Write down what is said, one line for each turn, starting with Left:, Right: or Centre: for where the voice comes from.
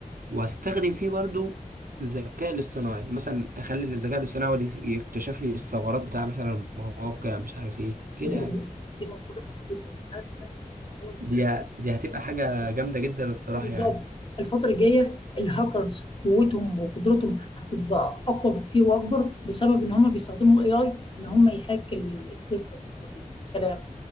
Right: وأستخدم فيه برضو الذكاء الاصطناعي مثلا أخلي الذكاء الاصطناعي هو اللي يكتشف لي الثغرات بتاع مثلا المواقع مش عارف إيه كده
Left: دي
Right: يعني
Left: دي ملحوظه مهمه جدا عارف ان انا سمعت ان هو الفتره
Right: دي
Left: الجايه
Right: دي هتبقى حاجة جامدة جدا الصراحة
Left: بالظبط
Right: يعني
Left: الفتره الجايه الهاكرز قوتهم وقدرتهم هتبقى اقوى بكتير واكبر بسبب ان هم بيستخدموا الاي اي ان هم يهاك السيستمز والكلام